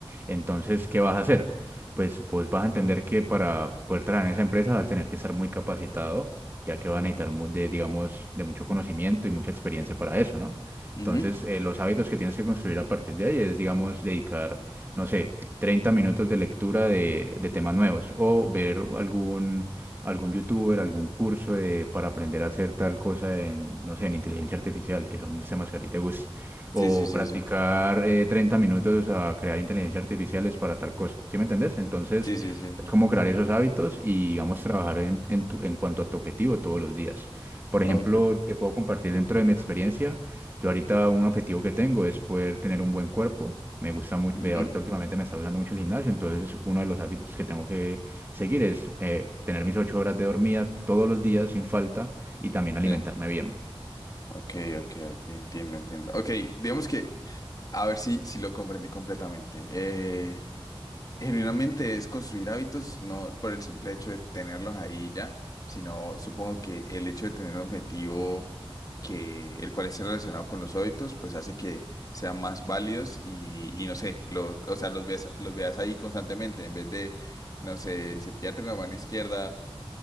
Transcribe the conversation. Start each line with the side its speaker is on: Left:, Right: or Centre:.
Right: Entonces, ¿qué vas a hacer? Pues vos vas a entender que para poder trabajar en esa empresa vas a tener que estar muy capacitado, ya que vas a necesitar mu- de, digamos, de mucho conocimiento y mucha experiencia para eso, ¿no?
Left: Ujú.
Right: Entonces, eh, los hábitos que tienes que construir a partir de ahí es, digamos, dedicar, no sé, 30 minutos de lectura de, de temas nuevos o ver algún algún youtuber, algún curso de- para aprender a hacer tal cosa en, no sé, en inteligencia artificial, que son los temas que a ti te gustan, o
Left: Sí, sí, sí,
Right: practicar
Left: sí.
Right: eh, 30 minutos a crear inteligencia artificiales para tal cosa, ¿sí me entendés? Entonces,
Left: Sí, sí, sí, sí.
Right: es como crear esos hábitos y, digamos, trabajar en, en tu- en cuanto a tu objetivo todos los días. Por ejemplo,
Left: Ok.
Right: te puedo compartir dentro de mi experiencia, yo ahorita un objetivo que tengo es poder tener un buen cuerpo. Me gusta mucho,
Left: Ujú.
Right: ahorita últimamente me está gustando mucho el gimnasio, entonces es uno de los hábitos que tengo Seguir es eh, tener mis ocho horas de dormida todos los días sin falta y también alimentarme
Left: Sí.
Right: bien.
Left: Ok, ok, ok. Entiendo, entiendo. Ok, digamos que, a ver si, si lo comprendí completamente. Eh, Genuinamente es construir hábitos, no por el simple hecho de tenerlos ahí ya, sino supongo que el hecho de tener un objetivo que el cual esté relacionado con los hábitos, pues hace que sean más válidos y, y no sé, lo, o sea, los ves, los veas ahí constantemente en vez de, no sé, cepillarte con la mano izquierda